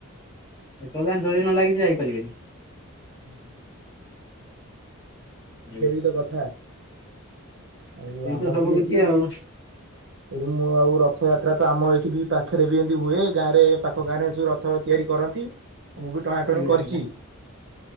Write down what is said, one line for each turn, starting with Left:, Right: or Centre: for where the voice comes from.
Left: ଯେତଳ ଯାଏଁ ଡୋରି ନ ଲାଗିଛି ଯାଇପାରିବେନି।
Right: ହଁ, ହଁ।
Left: ଆଜ୍ଞା।
Right: <unintelligible> ତ କଥା ଆଉ
Left: ସେଇ
Right: ଆମ
Left: ତ ସବୁ
Right: ବି ଏଠି
Left: କିଛି ଆଉ
Right: ଏଠି ମୁଁ ଆଉ ରଥଯାତ୍ରା ତ ଆମ ଏଇଠି ବି ପାଖରେ ବି ଏମିତି ହୁଏ, ଗାଁ ରେ ଏ ପାଖ ଗାଁରେ ସବୁ ର ଥ ତିଆରି କରନ୍ତି, ମୁଁ ବି ଟଣା ଟଣି
Left: ଆଜ୍ଞା
Right: କରିଚି।
Left: ଆଜ୍ଞା